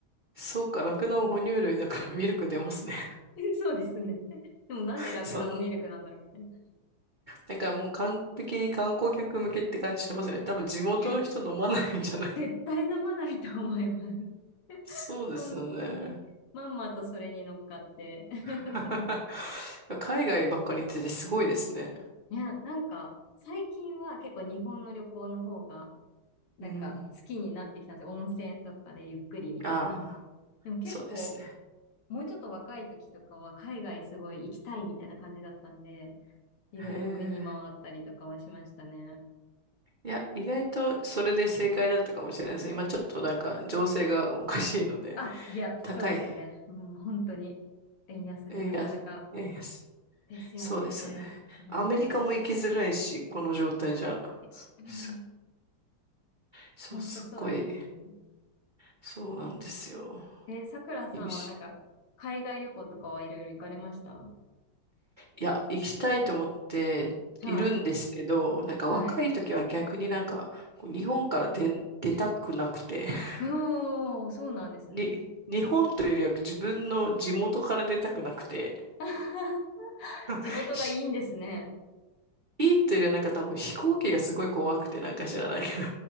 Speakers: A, on the right (about 70°); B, on the left (about 90°).
A: そうか、ラクダも哺乳類だからミルク出ますね。
B: そうですね。<laughs> でもなんでラクダのミルクなんだろうみたいな。
A: <laughs> そん、なんかもう完璧に観光客向けって感じしてますよね。多分地元の人飲まないんじゃない
B: いや、絶対飲まないと思います。
A: <laughs>
B: <laughs>
A: そうですよね。
B: 本当に。まんまとそれに乗っかって。<laughs>
A: <laughs> 海外ばっかり行っててすごいですね。
B: いや、なんか、最近は結構日本の旅行の方が、なんか好きになってきたんですよ。
A: うん。
B: 温泉とかでゆっくりみたいな。
A: ああ、
B: でも結構、
A: そうですね。
B: もうちょっと若い時とかは海外すごい行きたいみたいな感じだったんで、いろいろ国回ったりとかはしましたね。
A: へえ。いや、意外とそれで正解だったかもしれないですね。今ちょっとなんか情勢がおかしいので、
B: あ、いや、そうですね。
A: 高い。
B: もう本当に、円安でなかなか
A: えいや、えいや、す
B: ですよね。
A: そうですよね。
B: うん、
A: アメリカも行きづらいし、この状態じゃ。
B: 確かに。
A: すそう、
B: 本当そうですね。
A: すっごい、そうなんですよ。
B: え、さくらさんはなんか、
A: 厳しい。
B: 海外旅行とかはいろいろ行かれました
A: いや、行きたいと思っているんですけど、
B: はい。
A: なんか若い時は逆になんか、
B: はい。
A: こう日本から出、出たくなくて、<laughs>
B: おー、そうなんですね。
A: に、日本というよりは自分の地元から出たくなくて、
B: <laughs>
A: <laughs>
B: 地元がいいんですね。
A: しいいというよりはなんか多分飛行機がすごい怖くてなんか知らないけど